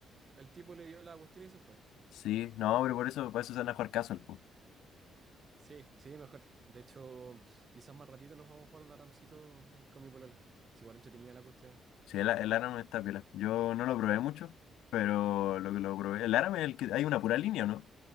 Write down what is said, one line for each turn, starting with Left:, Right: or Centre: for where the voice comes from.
Right: el tipo le dio la cuestión y se fue.
Left: Sí, no, pero por eso, por eso se van a jugar casual, pues.
Right: Sí, sí, mejor. De hecho, quizás más ratito nos vamos a jugar un aramcito con mi polola. Es igual entretenida la cuestión.
Left: Sí, el, el Aram está piola. Yo no lo probé mucho, pero lo que lo probé. El Aram es el que. Hay una pura línea, ¿o ¿no?